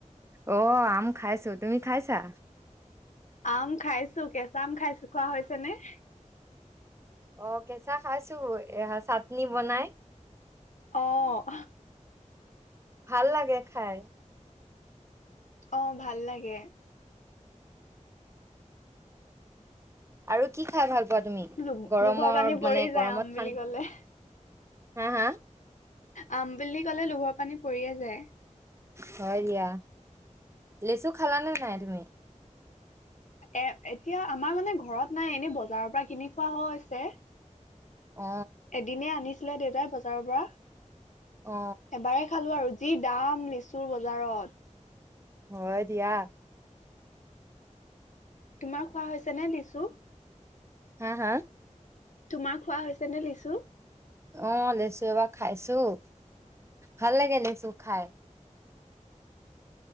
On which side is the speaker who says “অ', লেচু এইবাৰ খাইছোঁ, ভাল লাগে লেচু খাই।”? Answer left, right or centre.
Right